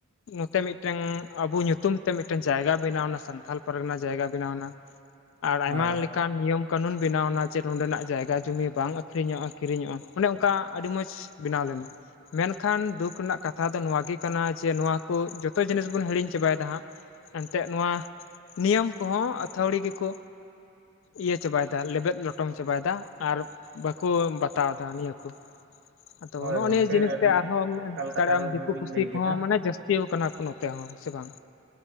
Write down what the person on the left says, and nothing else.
ᱱᱚᱛᱮ ᱢᱤᱫ ᱴᱟᱝ ᱟᱵᱩ ᱧᱩᱛᱩᱢ ᱛᱮ ᱢᱤᱫᱴᱮᱱ ᱡᱟᱭᱜᱟ ᱵᱮᱱᱟᱣᱱᱟ, ᱥᱟᱱᱛᱷᱟᱞ ᱯᱟᱨᱜᱟᱱᱟ ᱡᱟᱭᱜᱟ ᱵᱮᱱᱟᱣ ᱱᱟ᱾ ᱟᱨ ᱟᱭᱢᱟ
ᱞᱮᱠᱟᱼᱼ ᱚᱱᱠᱟᱱ ᱱᱤᱭᱚᱢ ᱠᱟᱹᱱᱩᱱ ᱵᱮᱱᱟᱣ ᱱᱟ ᱡᱮ᱾ ᱱᱚᱸᱰᱮᱱᱟᱜ ᱡᱟᱭᱜᱟ ᱡᱩᱢᱤ ᱵᱟᱝ ᱟᱹᱠᱷᱨᱤᱧᱚᱜᱼᱟ, ᱠᱤᱨᱤᱧᱚᱜᱼᱟ ᱚᱱᱮ ᱚᱱᱠᱟ ᱟᱹᱰᱤ ᱢᱚᱸᱡᱽ ᱵᱮᱱᱟᱣ ᱞᱮᱱᱟ᱾ ᱢᱮᱱ ᱠᱷᱟᱱ ᱫᱩᱠ ᱨᱮᱱᱟᱜ ᱠᱟᱛᱷᱟ ᱫᱚ ᱱᱚᱣᱟᱜ ᱜᱮ ᱠᱟᱱᱟ, ᱡᱮ ᱱᱚᱣᱟ ᱠᱚ ᱡᱚᱛᱚ ᱡᱤᱱᱤᱥ ᱵᱚᱱ ᱦᱤᱲᱤᱧ ᱪᱟᱵᱟᱭ ᱫᱟ ᱦᱟᱸᱜ᱾ ᱮᱱᱛᱮᱫ ᱱᱚᱣᱟ ᱱᱤᱭᱚᱢ ᱠᱚᱦᱚᱸ ᱟᱹᱛᱷᱣᱲᱤ ᱜᱮᱠᱚ ᱤᱭᱟᱹ ᱪᱟᱵᱟᱭᱫᱟ ᱞᱮᱵᱮᱫ ᱞᱚᱴᱚᱢ ᱪᱟᱵᱟᱭᱫᱟ ᱟᱨ ᱵᱟᱠᱚ ᱵᱟᱛᱟᱣ ᱮᱫᱟ ᱱᱤᱭᱟᱹᱠᱩ ᱟᱫᱚ
ᱱᱚᱜᱼᱚᱭ
ᱱᱤᱭᱟᱹ ᱡᱤᱱᱤᱥ
ᱛᱮ ᱟᱨᱦᱚᱸᱢ
ᱫᱟᱲᱮᱟᱢ
ᱫᱤᱠᱩ ᱯᱩᱥᱤ
ᱠᱚᱦᱚᱸ
ᱢᱟᱱᱮ ᱡᱟᱹᱥᱛᱤᱣ ᱠᱟᱱᱟ ᱠᱚ ᱱᱚᱛᱮ ᱦᱚᱸ ᱥᱮ ᱵᱟᱝ,